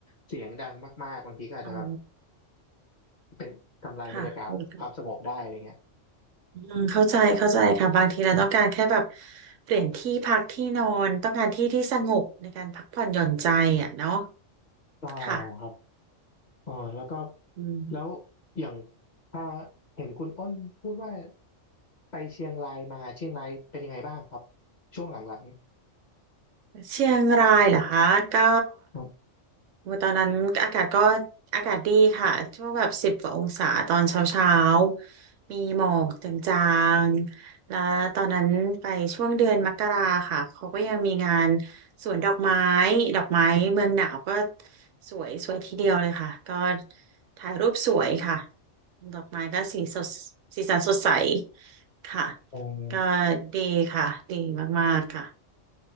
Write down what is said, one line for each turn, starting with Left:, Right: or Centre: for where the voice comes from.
Left: เสียงดังมากๆบางทีก็อาจจะแบบ
Right: อ๋อ
Left: เป็นทำลายบรรยากาศความสงบได้อะไรเงี้ย
Right: ค่ะโอเคอืมเข้าใจเข้าใจค่ะบางทีเราต้องการแค่แบบเปลี่ยนที่พักที่นอนต้องการที่ที่สงบในการพักผ่อนหย่อนใจอ่ะเนาะ
Left: อ๋อ่ครับ
Right: ค่ะ
Left: อ๋อแล้วก็
Right: อืม
Left: แล้วอย่างถ้าเห็นคุณอ้นพูดว่าไปเชียงรายมาเชียงรายเป็นยังไงบ้างครับช่วงหลัง
Right: เชียงรายเหรอคะก็
Left: ๆครับ
Right: โอ้ตอนนั้นอากาศก็อากาศดีค่ะช่วงแบบสิบกว่าองศาตอนเช้าเช้ามีหมอกจางๆแล้วตอนนั้นไปช่วงเดือนมกราค่ะเขาก็ยังมีงานสวนดอกไม้ดอกไม้เมืองหนาวก็สวยสวยทีเดียวเลยค่ะก็ถ่ายรูปสวยค่ะดอกไม้ก็สีสดสีสันสดใสค่ะ
Left: เออ
Right: ก็ดีค่ะดีมากๆค่ะ